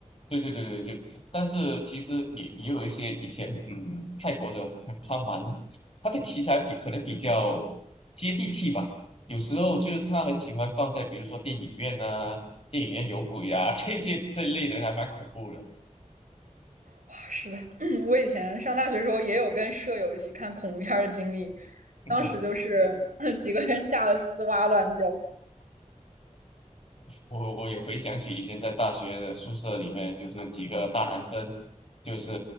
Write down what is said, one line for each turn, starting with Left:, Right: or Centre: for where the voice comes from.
Left: 对对对对，就，但是其实也也有一些以前，嗯，泰国的他蛮他的题材比可能比较接地气吧，有时候就是他很喜欢放在比如说电影院呐、电影院有鬼啊 <laughs> 这些这一类的，还蛮恐怖的。
Right: 哇，是的，<clears throat> 我以前上大学的时候也有跟舍友一起看恐怖片儿的经历，
Left: <laughs>
Right: 当时就是 <laughs> 几个人吓得吱哇乱叫。
Left: 我我也回想起以前在大学的宿舍里面，就是几个大男生，就是